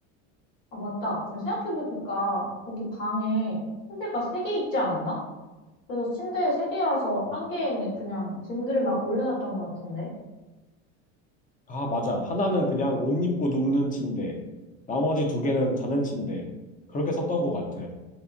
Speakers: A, on the left; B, on the left.
A: 아, 맞다. 지금 생각해보니까 거기 방에 침대가 세 개 있지 않았나? 그래서 침대 세개라서한 개에는 그냥 짐들 막 올려놨던 것 같은데.
B: 아, 맞아. 하나는 그냥 옷 입고 눕는 침대. 나머지 두 개는 자는 침대. 그렇게 썼던 것 같아.